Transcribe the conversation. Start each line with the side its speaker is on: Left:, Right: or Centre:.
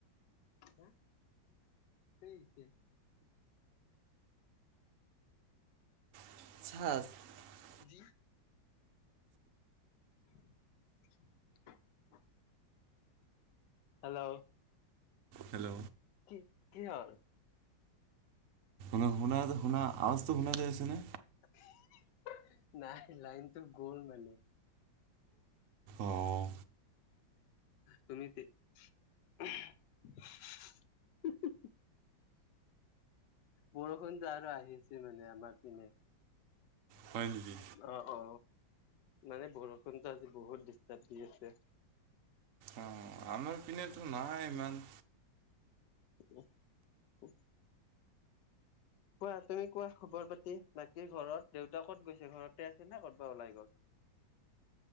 Left: হা <unintelligible>
Right: <inaudible>
Left: <inaudible> <inaudible> হেল্ল'।
Right: হেল্ল'।
Left: কি কি হ'ল
Right: ন শুনাটো শুনা আৱাজটো শুনা যায় আছেনে?
Left: <unintelligible> নাই লাইনটো গ'ল মানে।
Right: অঁ
Left: তুমি তে <unintelligible> বৰষুণ যে আৰু আহিছে মানে আমাৰ পিনে।
Right: হয় নেকি?
Left: অ অ মানে বৰষুণটো আজি বহুত ডিষ্টাৰ্ব দি আছে।
Right: অঁ আমাৰ পিনেতো নাই ইমান
Left: <unintelligible> কোৱা তুমি কোৱা খবৰ পাতি বাকী ঘৰত দেউতা কত গৈছে ঘৰতে আছে নে কতবা ওলাই গ'ল?